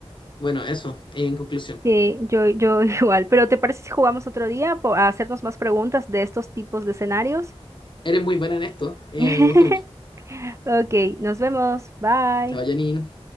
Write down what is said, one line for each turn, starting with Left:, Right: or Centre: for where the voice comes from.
Left: Bueno, eso, en conclusión.
Right: Sí, yo, yo <laughs> igual. Pero ¿te parece si jugamos otro día po- a hacernos más preguntas de estos tipos de escenarios?
Left: Eres muy buena en esto, eh,
Right: <laughs>
Left: me gusta mucho.
Right: Ok, nos vemos. Bye.
Left: Chao, Janine.